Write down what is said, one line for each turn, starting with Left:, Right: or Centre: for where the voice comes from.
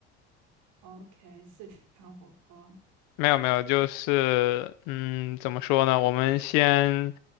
Right: ？OK，四川火锅。
Left: 没有没有，就是嗯，怎么说呢？我们先